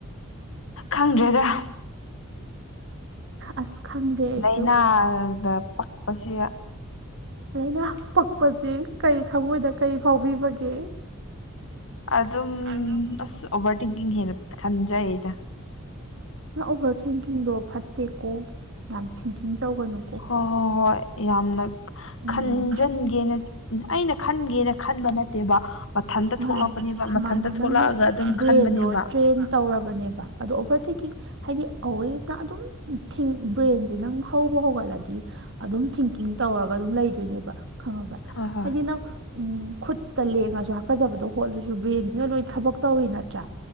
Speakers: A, on the left; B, on the right.
A: ꯈꯪꯗ꯭ꯔꯦꯒ
B: ꯑꯁ ꯈꯪꯗ꯭ꯔꯦ ꯑꯩꯁꯨ
A: ꯂꯥꯏꯅꯥꯗ ꯄꯛꯄꯁꯤ
B: ꯂꯥꯏꯅꯥ ꯄꯛꯄꯁ ꯀꯩ ꯊꯃꯣꯏꯗ ꯀꯩ ꯐꯥꯎꯕꯤꯕꯒꯦ
A: ꯑꯗꯨ ꯑꯗꯨꯝ
B: ꯑꯗꯨꯗꯝ
A: ꯑꯁ ꯑꯣꯕꯔ ꯊꯤꯤꯡꯀꯤꯡ ꯍꯅ ꯈꯟꯖꯗ
B: ꯅ ꯑꯣꯚꯔ ꯊꯤꯡꯀꯤꯡꯗꯣ ꯐꯠꯇꯦꯀꯣ ꯌꯥꯝ ꯊꯤꯡꯀꯤꯡ ꯇꯧꯒꯅꯨ
A: ꯍꯣꯏ ꯍꯣꯏ ꯍꯣꯏ ꯌꯥꯝꯅ
B: ꯎꯝ
A: ꯈꯟꯖꯟꯒꯦꯅ ꯑꯩꯅ ꯈꯟꯒꯦꯅ ꯈꯟꯕ ꯅꯠꯇꯦꯕ ꯃꯊꯟꯇ
B: ꯃꯥꯅꯦ
A: ꯊꯣꯛꯂꯛꯄꯅꯦꯕ ꯃꯊꯟꯇ
B: ꯃꯥꯅꯦ
A: ꯊꯣꯛꯂꯛꯑꯒ
B: ꯅꯪꯒꯤ
A: ꯑꯗꯨꯝ
B: ꯕ꯭ꯔꯦꯟꯗꯣ
A: ꯈꯟꯕꯅꯦꯕ
B: ꯇ꯭ꯔꯦꯟ ꯇꯧꯔꯕꯅꯦꯕ ꯑꯗꯣ ꯑꯣꯕꯔꯇꯦꯛꯀꯤꯡ ꯍꯥꯏꯗꯤ ꯑꯣꯋꯦꯁꯅ ꯑꯗꯨꯝ ꯊꯤꯡ ꯕ꯭ꯔꯦꯟꯁꯦ ꯅꯪ ꯍꯧꯕ ꯍꯧꯒꯠꯂꯗꯤ ꯑꯗꯨꯝ ꯊꯤꯡꯀꯤꯡ ꯇꯧꯔꯒ ꯑꯗꯨꯝ ꯂꯩꯗꯣꯏꯅꯦꯕ ꯈꯪꯉꯕ꯭ꯔꯥ
A: ꯍꯣꯏ ꯍꯣꯏ
B: ꯍꯥꯏꯗꯤ ꯅꯪ ꯈꯨꯠꯇ ꯂꯦꯡꯉꯁꯨ ꯍꯥꯀꯠꯆꯕꯗꯣ ꯍꯣꯠꯂꯁꯨ ꯕ꯭ꯔꯦꯟꯁꯤꯅ ꯂꯣꯏ ꯊꯕꯛ ꯇꯧꯔꯤ ꯅꯠꯇ꯭ꯔꯥ